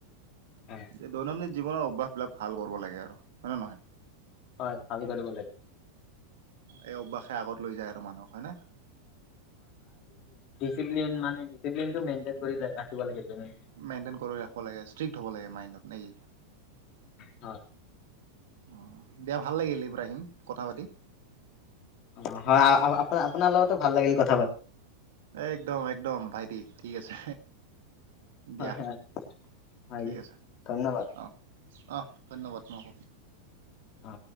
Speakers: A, on the left (about 35°); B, on the right (about 55°).
A: হয়
B: যে দৈনন্দিন জীৱনৰ অভাস বিলাক ভাল কৰিব লাগে আৰু হয় নে নহয়
A: হয় ভাবি কৰিব লাগে
B: এই অভ্যাসে আগত লৈ যায় আৰু মানুহক হয়নে
A: তিনদিন মানে, তিনদিনটো মেইনটেইন কৰি ৰাখিব লাগে, তেনে
B: মেইনটেইন কৰি ৰাখিব লাগে, ষ্ট্ৰিক্ট হব লাগে মাইণ্ডত নেকি
A: হয়
B: অহ, দিয়া ভাল লাগিলে এইবাৰ আহিম কথা পাতিম
A: অ হয় আপোনাৰ লগতো ভাল লাগিল কথা পাতি।
B: একদম একদম ভাইটি ঠিক আছে। দিয়া
A: হ্যাঁ হ্যাঁ ভাই
B: ঠিক আছে,
A: ধন্যবাদ।
B: অ অ ধন্যবাদ মোক
A: অ